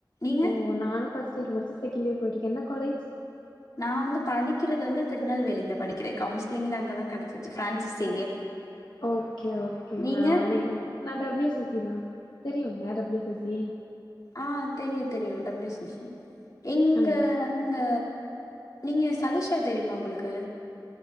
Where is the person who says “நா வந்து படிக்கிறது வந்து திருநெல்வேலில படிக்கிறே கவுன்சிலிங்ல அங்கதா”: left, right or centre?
Left